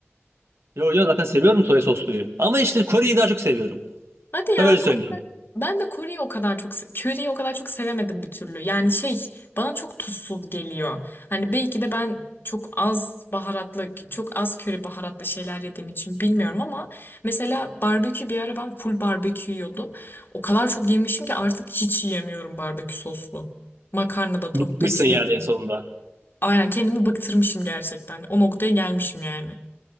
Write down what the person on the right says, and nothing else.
Yo yo zaten seviyorum soya sosluyu. Ama işte Kore'yi daha çok seviyorum.
Öyle söyleyeyim.
Bıkmışsın
yani
en sonunda.